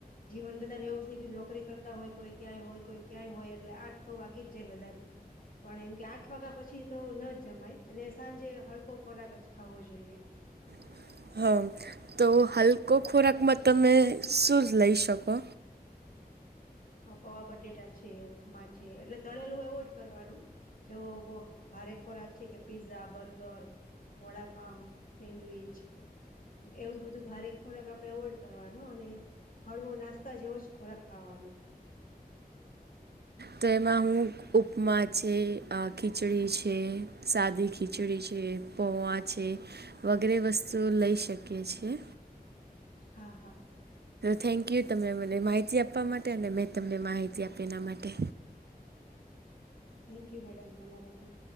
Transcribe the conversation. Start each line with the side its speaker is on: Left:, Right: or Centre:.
Left: જીવન બધાને એવું થઈ ગયું નોકરી કરતા હોય કોઈ ક્યાંય હોય કોઈ ક્યાંય હોય એટલે આઠ તો વાગી જ જાય બધાને પણ એમ કે આઠ વાગ્યા પછી તો ન જ જમાય અને સાંજે હડકો ખોરાક જ ખાવો જોઈએ.
Right: <inaudible> હા તો હલકો ખોરાકમાં તમે શું જ લઈ શકો
Left: પવા બટેટા છે, ઉપમા છે, એટલે તળેલું એવોઈડ કરવાનું. જેવો ભારે ખોરાક છે કે પીઝા, બર્ગર વડાપઉ, સેન્ડવીચ એવું બધું ભારે ખોરાક આપણેે અવોઈડ કરવાનો અને હળવો નાસ્તા જેવો જ ખોરાક ખાવાનો
Right: તો એમાં હું ઉપમા છે, ખીચડી છે, સાદી ખીચડી છે છે પોવાં છે, વગેરે વસ્તુઓ લઈ શકીઈએ છીએ.
Left: હા હા
Right: થેન્ક
Left: ચોક્કસ
Right: યુ તમને મને માહિતી તી આપવા માટે અને મેં તમને માહિતી આપી એના માટે
Left: થેન્ક યુ મેડમ તમારો પણ